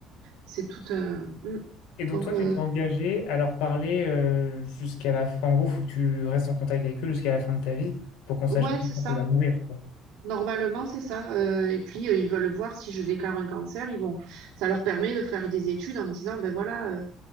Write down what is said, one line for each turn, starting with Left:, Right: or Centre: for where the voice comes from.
Right: C'est tout un Mm.
Left: Et donc
Right: donc
Left: toi,
Right: euh,
Left: tu t'es engagé à leur parler euh, jusqu'à la fin. En gros, faut que tu restes en contact avec eux jusqu'à la fin de ta vie pour qu'on sache
Right: ouais,
Left: un peu
Right: c'est
Left: quand
Right: ça.
Left: tu vas mourir, quoi.
Right: Normalement, c'est ça. Euh, et puis, euh, ils veulent voir si je déclare un cancer. Ils vont, ça leur permet de faire des études en disant, ben voilà, euh,